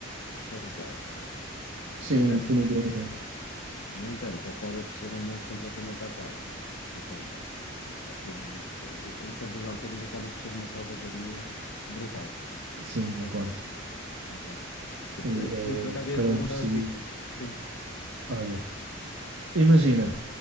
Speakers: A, on the left; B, on the right.
A: espetacular.
B: sim,
A: No entanto,
B: definitivamente.
A: no entanto, acaba por ser um mundo completamente à parte. Ou seja, aquilo, eh, em certas alturas acaba por ser uma selvageria brutal.
B: Sim, concordo.
A: Não, ok. Eu, eu-
B: E é
A: eu, por acaso ia
B: cada
A: perguntar
B: um por si.
A: o que é que... Sim.
B: Olha, imagina,